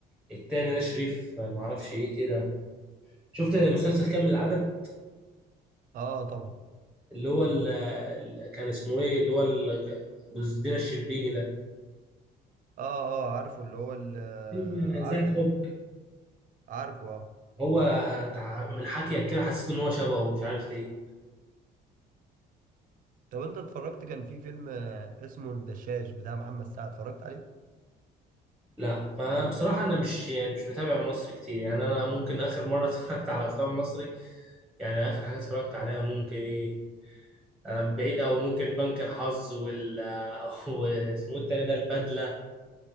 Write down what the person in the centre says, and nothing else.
التاني ده شريف آه، معرفش ايه كده شفت مسلسل كامل العدد
اللي هو ال... ال- كان اسمه ايه اللي هو ال- جوز دينا الشربيني ده
فيلم
ذات حب
هو انت ع- من حكيك كده حسيت ان هو شبهه مش عارف ليه
لا ما بصراحة انا مش مش متابع مصر كتير يعني انا ممكن اخر مرة <laughs> اتفرجت على افلام مصري يعني اخر حاجة اتفرجت عليها ممكن ايه أنا بعيد او ممكن بنك الحظ وال <laughs> واسمه إيه التاني ده البدلة